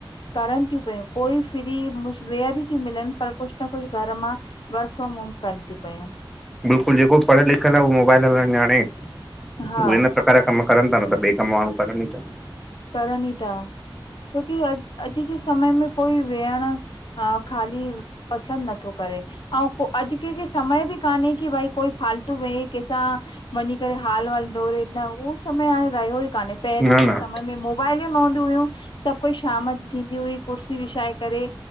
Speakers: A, on the left; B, in the centre.
A: करनि तियूं पयूं कोई फ्री मुश रेयरी तियूं मिलनि पर कुछु न कुछु घर मां वर्क फ्राम होम कनि तियूं पयूं।
B: बिल्कुलु जेको पढ़ियल लिखियल आ उहो मोबाइल हलाएण ॼाणे
A: हा
B: उहे न प्रकार जा कम करनि ता न त ॿे कम माण्हूं करनि ई ता।
A: करनि ई था छोकी अॼ अॼु जे समय में कोई वेहण हा, खाली पसंद नथो करे। अऊं पोय अॼु कंखे समय बि कान्हे की भाई कोई फालतू वेहे कंहिंसां वञी करे हाल -हाल डोरे न उहो समय हाणे रहियो ई कान्हे पहिरियों
B: न
A: जे
B: न
A: मोबाइल ई न हूंदी हुयूं सभु कोई शाम थींदी हुई कुर्सी विछाए करे